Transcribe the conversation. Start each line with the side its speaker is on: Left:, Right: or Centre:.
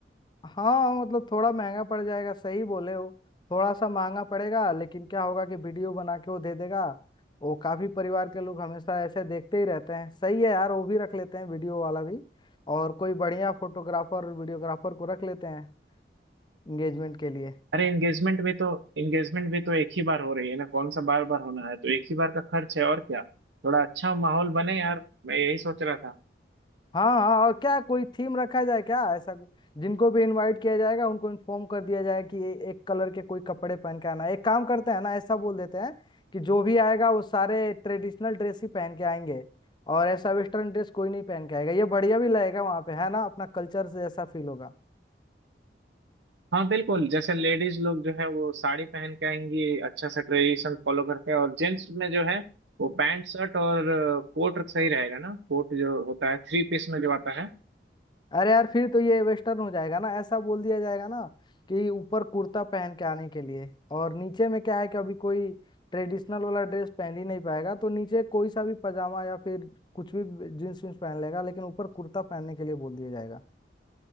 Left: हाँ मतलब थोड़ा महंगा पड़ जाएगा सही बोले हो थोड़ा सा महंगा पड़ेगा लेकिन क्या होगा कि वीडियो बना के वो दे देगा वो काफी परिवार के लोग हमेशा ऐसे देखते ही रहते हैं सही है यार वो भी रख लेते हैं वीडियो वाला भी और कोई बढ़िया फोटोग्राफर वीडियोग्राफर को रख लेते हैं एंगेजमेंट के लिए
Right: अरे एंगेजमेंट भी तो एंगेजमेंट भी तो एक ही बार हो रही है ना कौन सा बार बार होना है तो एक ही बार का खर्च है और क्या थोड़ा अच्छा माहौल बने यार मैं यही सोच रहा था
Left: हाँ हाँ और क्या कोई थीम रखा जाए क्या ऐसा कु- जिनको भी इनवाइट किया जाएगा उनको इन्फॉर्म कर दिया जाए कि ये एक कलर के कोई कपड़े पहन के आना है। एक काम करते हैं ना ऐसा बोल देते हैं कि जो भी आएगा वो सारे ट्रेडिशनल ड्रेस ही पहन के आएंगे और ऐसा वेस्टर्न ड्रेस कोई नहीं पहन के आएगा ये बढ़िया भी लगेगा वहाँ पे है ना अपना कल्चर से ऐसा फील होगा
Right: हाँ बिल्कुल जैसे लेडीज लोग जो है वो साड़ी पहन के आएंगी अच्छा सा ट्रेडिशन फॉलो करके और जेंट्स में जो है वो पैंट शर्ट और कोट सही रहेगा ना कोट जो होता है थ्री पीस में जो आता है
Left: अरे यार फिर तो ये वेस्टर्न हो जाएगा ना ऐसा बोल दिया जाएगा ना कि ऊपर कुर्ता पहन के आने के लिए और नीचे में क्या है कि अभी कोई ट्रेडिशनल वाला ड्रेस पहन ही नहीं पाएगा तो नीचे कोई सा भी पजामा या फिर कुछ भी जींस वींस पहन लेगा लेकिन ऊपर कुर्ता पहनने के लिए बोल दिया जाएगा